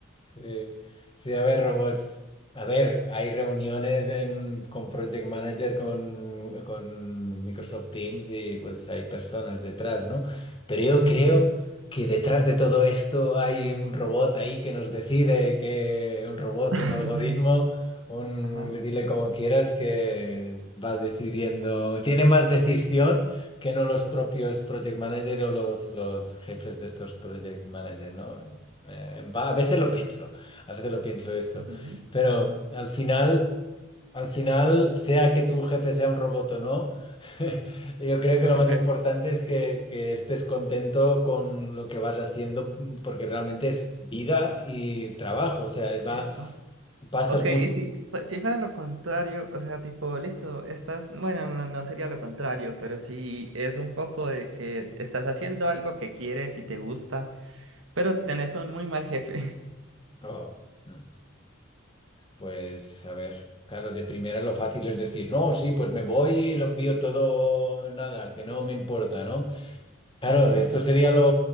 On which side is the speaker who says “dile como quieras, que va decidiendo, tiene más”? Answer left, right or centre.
Left